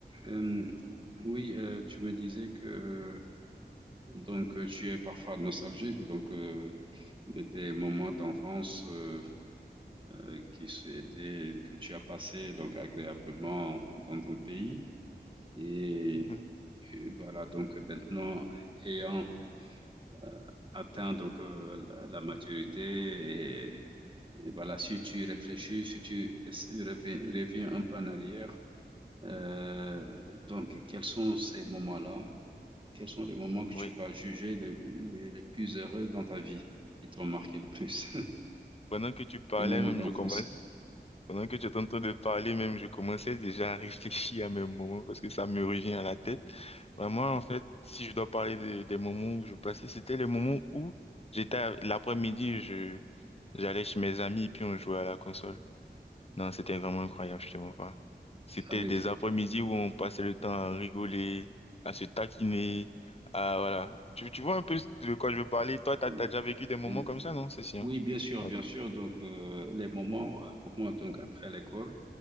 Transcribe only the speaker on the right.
Euh, oui, euh, tu me disais que donc euh, tu es parfois nostalgique donc euh, de tes moments d'enfance euh, euh, qui étaient que tu as passé donc agréablement dans ton pays et,
et voilà donc maintenant ayant euh, atteint donc euh, la, la maturité et, et voilà si tu réfléchis si tu es- reviens, reviens un peu en arrière euh, donc quels sont ces moments-là Quels sont les moments que
tu vas juger les, les, les plus heureux dans ta vie, qui t'ont marqué le plus? <laughs>
Les moments
d'enfance.
Ah oui.
Ou-
ou-
ou-
Oui, bien sûr,
bien sûr. Donc, euh, les moments, euh, pour moi, donc, après l'école,